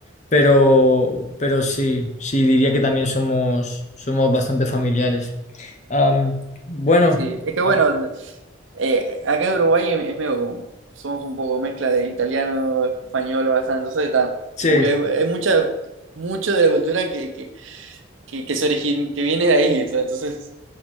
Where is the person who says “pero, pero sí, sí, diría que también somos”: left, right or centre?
Left